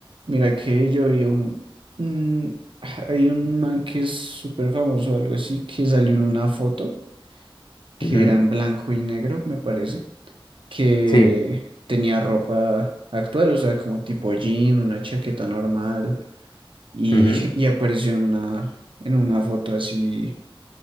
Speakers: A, on the right (about 65°); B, on the left (about 55°).
A: mira que yo vi un, un- hay un man que es súper famoso, algo así, que salió en una foto que
B: Ujú,
A: era en blanco y negro, me parece, que
B: Sí,
A: tenía ropa actual, o sea, como tipo jean, una chaqueta normal, y,
B: ujú,
A: <laughs> y apareció en una, en una foto así